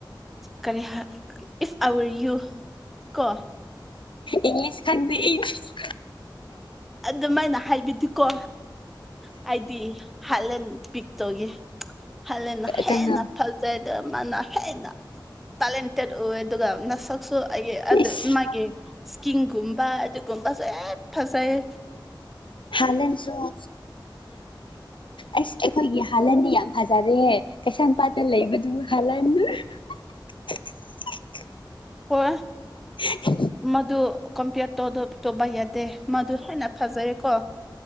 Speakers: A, in the centre; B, on the left.
A: ꯀꯦ ꯍꯥꯏ ꯏꯐ ꯑꯔ ꯌꯨ ꯀ
B: ꯏꯪꯂꯤꯁ ꯈꯪꯗꯦ ꯏꯪꯂꯤꯁ
A: ꯑꯗꯨꯃꯥꯏꯅ ꯍꯥꯏꯕꯗꯤꯀꯣ ꯍꯥꯏꯗꯤ ꯍꯥꯂꯦꯟ ꯄꯤꯛꯇꯒꯤ ꯍꯥꯂꯦꯟꯟꯅ ꯍꯦꯟꯅ
B: ꯀꯅꯥ
A: ꯐꯖꯩꯗ ꯃꯥꯅ ꯍꯦꯟꯅ ꯇꯥꯂꯦꯟ ꯇꯠ ꯑꯣꯏ ꯑꯗꯨꯒ ꯅꯁꯛꯁꯨ ꯑꯩ ꯑꯗꯨ
B: ꯏꯁ
A: ꯃꯥꯒꯤ ꯏꯁꯀꯤꯡꯒꯨꯝꯕ ꯀꯨꯝ ꯐꯁ ꯑꯦꯠ ꯐꯁꯥꯏꯦ
B: ꯍꯂꯦꯟꯁꯨꯣ ꯑꯁ ꯑꯩꯈꯣꯏꯒꯤ ꯍꯥꯂꯟꯗꯤ ꯌꯥꯝ ꯐꯖꯔꯦꯍꯦ ꯀꯩꯁꯝꯄꯥꯠꯇ ꯂꯩꯕꯗꯨ ꯍꯂꯟ <unintelligible>
A: ꯍ
B: <unintelligible>
A: ꯃꯗꯨ ꯀꯝꯄꯤꯌꯔ ꯇꯧꯕ ꯌꯥꯗꯦ ꯃꯗꯨ ꯍꯦꯟꯅ ꯐꯖꯩꯀꯣ